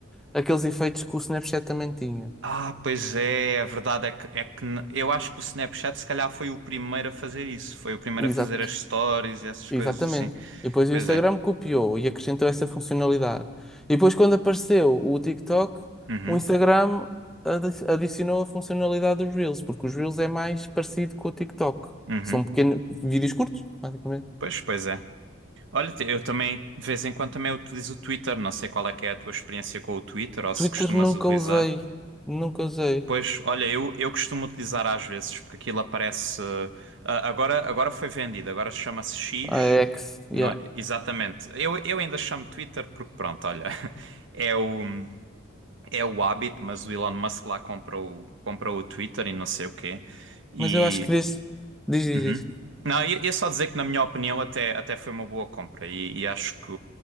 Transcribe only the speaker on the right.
ah, pois é, a verdade é que, é que n- eu acho que o Snapchat se calhar foi o primeiro a fazer isso. Foi o primeiro
a fazer as stories e essas
coisas assim.
Pois
é.
Uhum,
uhum.
Pois, pois é. Olha, te- eu também de vez em quando também utilizo o Twitter. Não sei qual é que é a tua experiência com o Twitter ou
se costumas
utilizar.
Pois, olha, eu, eu costumo utilizar às vezes, porque aquilo aparece. ah, agora, agora foi vendido, agora chama-se X.
não-
é? exatamente. Eu, eu ainda chamo Twitter porque, pronto, olha, <laughs> é o, é o hábito, mas o Elon Musk lá comprou, comprou o Twitter e não sei o quê. E.
Uhum.
Não, ia ia só dizer que, na minha opinião, até, até foi uma boa compra e, e acho que